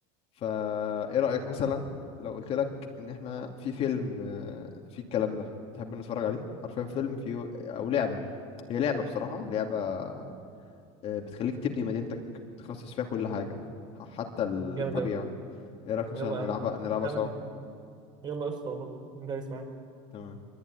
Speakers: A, on the left; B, on the right.
A: فا إيه رأيك مثلا لو قلت لك إن إحنا في فيلم آه، فيه الكلام ده تحب نتفرج عليه حرفيا فيلم فيه أو لعبة هي لعبة بصراحة لعبة آه، بتخليك تبني مدينتك تخصص فيها كل حاجة ح- حتى الطبيعة
B: جامد قوي
A: إيه رأيك مثلا
B: يلا
A: نلعبها
B: يا عم
A: نلعبها
B: تعمل
A: سوا
B: يلا قشطه والله ده يسمع
A: تمام